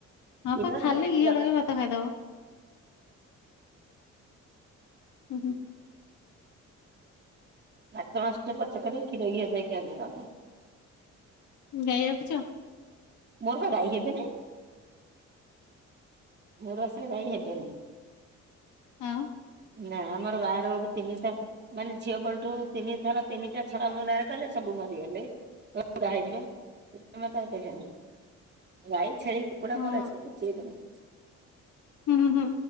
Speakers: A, on the left (about 75°); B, on the right (about 35°).
A: ହଁ
B: କ୍ଷୀର
A: ପା ଖାଲି
B: ଘିଅ <unintelligible>
A: ଲଗେଇ ଭାତ ଖାଇଦବ। ହୁଁ ହୁଁ।
B: ମାଛ ମାଂସ ଟିକେ ପଛେ କରିବି କ୍ଷୀର ଘିଅ ଦେଇକି ଆଗ କରିଦେମି।
A: ଗାଈ ରଖୁଚ?
B: ମୋର ବା ଗାଈ ହେବେନି। ମୋ ରାଶି ରେ ଗାଈ ହେବେନି।
A: ହଁ।
B: ନା ଆମର ବାହାରଳକୁ ତିନିଟା ମାନେ ଝିଅ ବେଳଠୁ ତିନି ଥର ତିନିଟା ଛଡା ମୋ ନାରେ କଲେ ସବୁ ମରିଗଲେ। <unintelligible> ମତେ ଆଉ ଦେଲେନି ଗାଈ, ଛେଳି କୁକୁଡ଼ା
A: ହଁ
B: ମୋର ଅଛି <unintelligible> ନାଇ।
A: ହୁଁ ହୁଁ ହୁଁ।